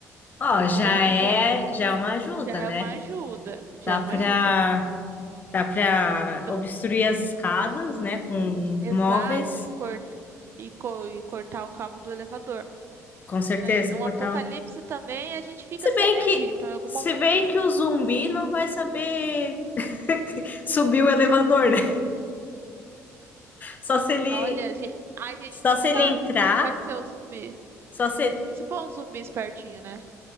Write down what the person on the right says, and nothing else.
Então
já
já é,
já é
uma ajuda, já
é
uma ajuda.
Eu-
exato,
e corta e, co- e cortar o cabo do elevador,
né? Num
apocalipse
também a gente fica
sem
energia.
Então em algum
momento,
olha, a gente, a gente
não
sabe
como vai ser o zumbi.
E se for um zumbi espertinho, né?